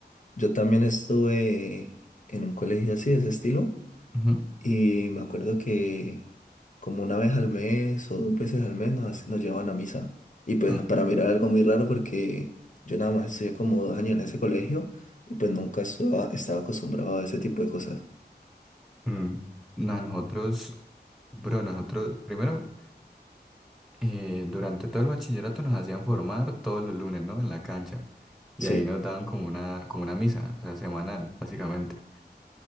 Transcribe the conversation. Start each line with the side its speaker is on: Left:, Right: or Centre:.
Left: yo también estuve en un colegio así, de ese estilo,
Centre: Ujú.
Left: y me acuerdo que como una vez al mes o dos veces al mes nos, nos llevaban a misa. Y pues
Centre: Mm,
Left: para mí era algo muy raro porque yo nada más estudié como dos años en ese colegio y pues nunca estaba, estaba acostumbrado a ese tipo de cosas.
Centre: mm. No, nosotros, bro, nosotros, primero... eh, durante todo el bachillerato nos hacían formar todos los lunes, ¿no? En la cancha. Y
Left: Sí.
Centre: ahí nos daban como una, como una misa, o sea, semanal, básicamente.